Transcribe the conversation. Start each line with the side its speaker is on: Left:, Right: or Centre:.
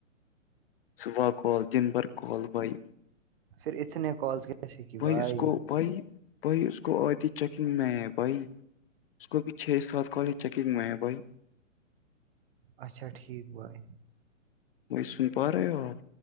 Left: صوا کال دن بھر کال بھائی
Right: پھر اتنے کالز کیسے کی بھائی
Left: اس کو بھائی بھائی اس کو آدی چیکنگ میں ہے بھائی اس کو ابھی چھ سات کالز چیکنگ میں ہے بھائی
Right: اچھا ٹھیک بھائی
Left: وہی سن پا رہے ہو اپ